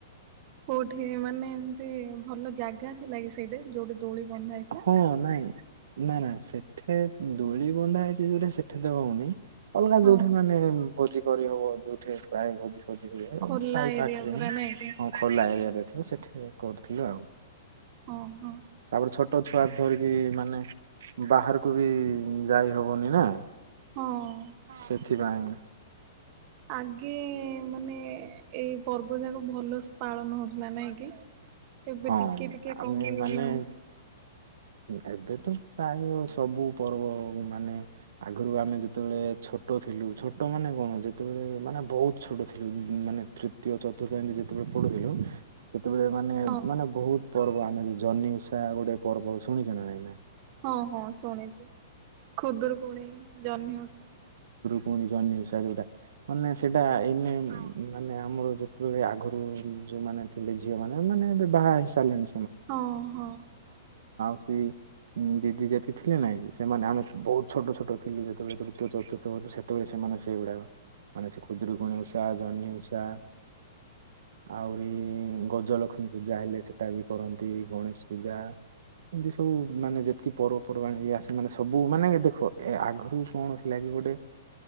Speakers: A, on the right (about 40°); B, on the right (about 75°).
A: କୋଉଠି ମାନେ ଏମତି ଭଲ ଜାଗା ଥିଲା କି ସେଇଟା ଯୋଉଠି ଦୋଉଳି ବନ୍ଧା
B: ଯୋଉଠି
A: ହେଇଥିଲା
B: ହଁ ନାଇଁ ନା ନା ସେଠେ ଦୋଳି ବନ୍ଧା ହେଇଛି ଯୋଉଟା ସେଠେତେ ହଉନି ଅଲଗା
A: ହଁ
B: ଯୋଉଠି ମାନେ <inaudible> କରିହେବ ଯୋଉଠି ପ୍ରାୟ ଭୋଜି ଭୋଜି କରି ହୁଏ
A: ଖୋଲା
B: ସାହି
A: ଏରିଆ
B: ପାଖରେ
A: ପୁରା ନାଇଁ କି
B: ହଁ ଖୋଲା ଏରିଆରେ ଏଥିରେ କରିଥିଲୁ ଆଉ
A: ଓ ହୋ
B: ତାପରେ ଛୋଟ ଛୁଆ ଧରିକି ମାନେ ବାହାରକୁ ବି ଯାଇ ହବନି ନା
A: ହଁ।
B: ହଁ ଶିବା <inaudible>
A: ଆଗେ ମାନେ ଏଇ ପର୍ବ ଯାକ ଭଲସେ ପାଳନ ହଉଥିଲା ନାଇଁ କି ଏବେ
B: ହଁ
A: ଟିକେ ଟିକେ
B: ଆମେ
A: କମି
B: ମାନେ
A: ଗଲାଣି
B: ଏବେ ତ ପ୍ରାୟ ସବୁ ପର୍ବ ମାନେ ଆଗରୁ ଆମେ ଯେତେବେଳେ ଛୋଟ ଥିଲୁ ଛୋଟ ମାନେ କଣ ଯେତେବେଳେ ମାନେ ବହୁତ ଛୋଟ ଥିଲୁ ମାନେ ତୃତୀୟ ଚତୁର୍ଥ ଏମିତି ଯେତେବେଳେ ପଢୁଥିଲୁ ସେତେବେଳେ ମାନେ
A: ହଁ
B: ମାନେ ବହୁତ ପର୍ବ ଆମେ <inaudible> ଜହ୍ନି ଉଷା ଗୋଟେ ପର୍ବ ଶୁଣିଛନା ନାଇଁ ନା
A: ହଁ ହଁ ଶୁଣିଛି ଖୁଦରୁକୁଣି ଜହ୍ନିିଓସା
B: କୁଣି ଜହ୍ନି ଉଷା ଯୋଉଟା। ମାନେ ସେଟା ଏଇନେ ମାନେ ଆମର ଯେତେବେଳେ ଆଗରୁ ଯୋଉମାନେ ଥିଲେ ଝିଅ ମାନେ ମାନେ ଏବେ ବାହା ହେଇସାରିଲେଣି।
A: ଓହ,
B: ଦି ଦିଦି ଯେତେ ଥିଲେ ନାଇଁ କି ସେମାନେ ଆମେ ବହୁତ ଛୋଟ ଛୋଟ ଥିଲୁ ଯେତେବେଳେ ତୃତୀୟ ଚତୁର୍ଥ ସେତେବେଳେ ସେମାନେ ସେଗୁଡାକ ମାନେ ଖୁଦୂରୁକୁଣୀ ଉଷା ଜହ୍ନି ଉଷା ଆହୁରି ଗଜଲକ୍ଷ୍ମୀ ପୂଜା ହେଲେ ସେଟା ବି କରନ୍ତି ଗଣେଶ ପୂଜା ଏମିତି ସବୁ ମାନେ ଯେତିକି ପର୍ବପର୍ବାଣି ଏୟା ସେମାନେ ସବୁ ମାନେ ଦେଖ ଏ ଆଗରୁ କଣ ଥିଲାକି ଗୋଟେ